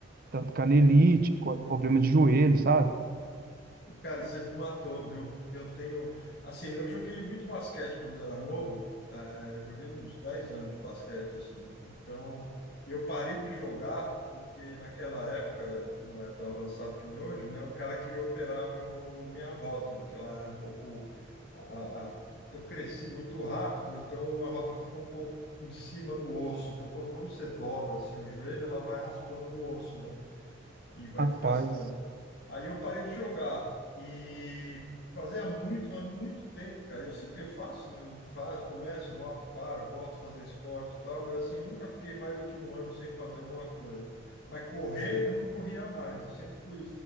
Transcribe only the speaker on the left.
Cara, você me matou, viu? Eu tenho. Assim, eu joguei muito basquete quando era novo. eh, joguei uns 10 anos de basquete, assim. Então, eu parei de jogar porque naquela época, não é tão avançado que nem hoje, né? O cara queria operar meu, minha rótula, que ela é um pouco. a- a- a- eu cresci muito rápido, então a rótula ficou um pouco em cima do osso. Então, conforme você dobra assim, o joelho, ela vai raspando no osso, né? E vai
desgastando. Aí eu parei de jogar e fazia muito, mas muito tempo, cara. Eu sempre eu faço, né, eu faço, começo, volto, paro, volto a fazer esporte e tal, mas assim, nunca fiquei mais do que um ano sem fazer alguma coisa. Mas correr, eu não corria mais. Eu sempre fui